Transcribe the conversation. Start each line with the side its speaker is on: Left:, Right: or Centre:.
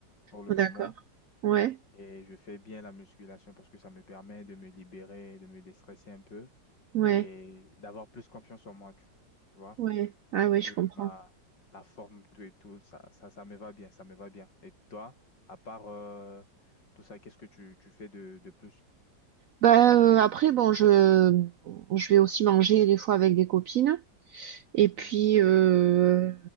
Left: pour le
Right: Oh,
Left: moment.
Right: d'accord, ouais,
Left: Et je fais bien la musculation parce que ça me permet de me libérer, de me déstresser un peu
Right: ouais,
Left: et d'avoir plus confiance en moi, tu tu vois.
Right: ouais, ah
Left: Vu
Right: ouais, je comprends.
Left: ma, la forme, tout et tout, ça, ça, ça me va bien, ça me va bien. Et toi, à part euh, tout ça, qu'est-ce que tu, tu fais de, de plus?
Right: Bah, euh, après, bon, je, je vais aussi manger des fois avec des copines, et
Left: Mhm,
Right: puis, euh,